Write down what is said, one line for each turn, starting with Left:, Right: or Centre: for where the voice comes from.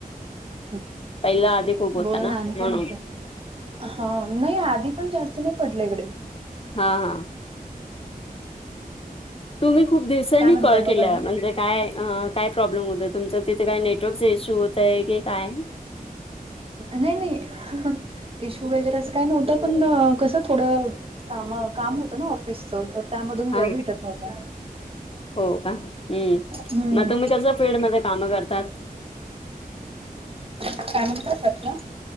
Right: हम
Left: पहिला आधी खूप होता
Right: बोला न
Left: ना
Right: आनी
Left: म्हणून
Right: काय म्हणताय? हा. नाई आधी पण जास्त नाई पडला इकडे.
Left: हां हां तुम्ही खूप दिवसांनी
Right: काय म्हणताय
Left: कॉल
Right: मग
Left: केला
Right: आणि
Left: म्हणजे काय अं काय प्रॉब्लेम होता तुमचं तिथं काय नेटवर्कचं इश्यू होतंय की काय?
Right: नई नई, हं हं. इश्यू वगैरे असं काई नव्हतं पण कसं थोडं कामं काम होतं ना ऑफिसच तर त्यामधून
Left: हा
Right: वेळ भेटत नव्हता.
Left: हो का हम्म
Right: हम्म
Left: म तुम्ही कस फील्डमध्ये कामं करतात?
Right: काय म्हणता कसलं?